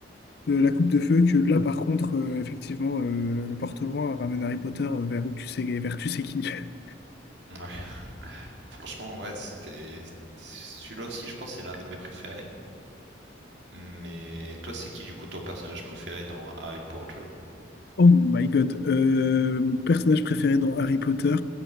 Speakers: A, on the left; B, on the right.
A: euh, la coupe de feu, que là, par contre, euh, effectivement, euh, le Porto loin ramène Harry Potter euh, vers où tu sais, vers tu sais qui. <laughs>
B: ouais. <laughs> Franchement, ouais, c'était. Celui-là aussi, je pense, c'est l'un de mes préférés. Mais toi, c'est qui du coup ton personnage préféré dans Harry Potter?
A: Oh my God. Euh, mon personnage préféré dans Harry Potter.